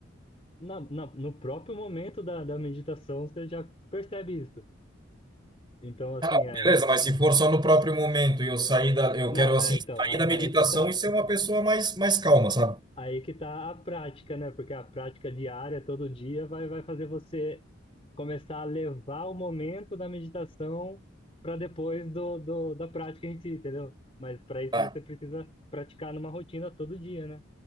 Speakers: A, on the left (about 30°); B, on the right (about 20°).
A: Na, na, no próprio momento da, da meditação, você já percebe isso. Então, assim,
B: Ah, não,
A: é.
B: beleza, mas se for só no próprio momento e eu sair da, eu
A: Não,
B: quero assim,
A: é, então,
B: sair
A: aí,
B: da meditação
A: aí que tá.
B: e ser uma pessoa mais, mais calma, sabe?
A: Aí que tá a prática, né? Porque a prática diária, todo dia, vai, vai fazer você começar a levar o momento da meditação para depois do, do, da prática em si, entendeu? Mas para isso
B: Tá.
A: você precisa praticar numa rotina todo dia, né?